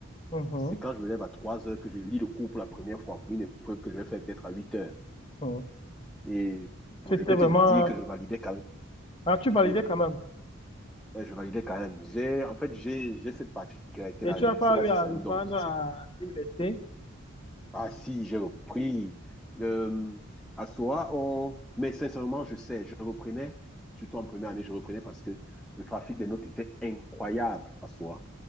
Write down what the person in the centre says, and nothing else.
C'est quand je me lève à 3 heures que je lis le cours pour la première fois, pour une épreuve que je vais faire peut-être à 8 heures.
Et
je peux
te dire que je validais quand même.
Oui.
Ouais, Je validais quand même. J'ai, en fait, j'ai, j'ai cette particularité-là.
Je
ne sais pas
si
c'est
un don ou si
c'est quoi.
Ah si, j'ai repris. Euh, à soi, on... Mais sincèrement, je sais, je reprenais, surtout en première année, je reprenais parce que le trafic des notes était incroyable à soi.